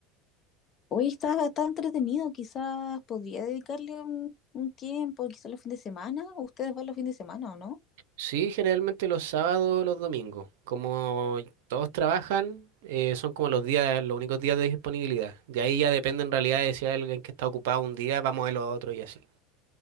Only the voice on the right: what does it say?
Sí, generalmente los sábados o los domingos. Como todos trabajan, eh, son como los días, los únicos días de disponibilidad. De ahí ya depende en realidad de si hay alguien que está ocupado un día, vamos el otro y así.